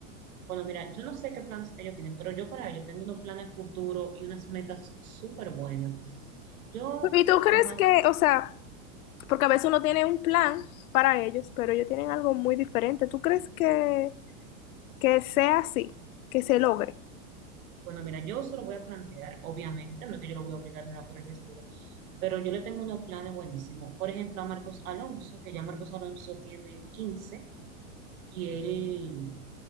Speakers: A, on the right (about 80°); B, on the left (about 80°).
A: Bueno, mira, yo no sé qué planes ellos tienen, pero yo para ellos tengo unos planes futuros y unas metas súper buenas. Yo,
B: ¿Y tú crees
A: Omar,
B: que, o sea, porque a veces uno tiene un plan para ellos, pero ellos tienen algo muy diferente. ¿Tú crees que... que sea así, que se logre.
A: bueno, mira, yo se lo voy a plantear, obviamente, no es que yo lo voy a obligar ni nada por el estilo, pero yo le tengo unos planes buenísimos. Por ejemplo, a Marcos Alonso, que ya Marcos Alonso tiene 15 y él